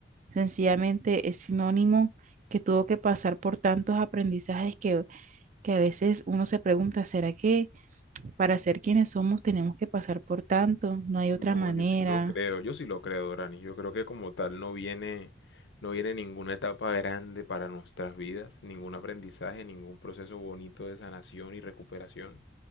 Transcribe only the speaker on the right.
sencillamente es sinónimo que tuvo que pasar por tantos aprendizajes que, que a veces uno se pregunta, ¿será que para ser quienes somos tenemos que pasar por tanto? No hay otra
manera.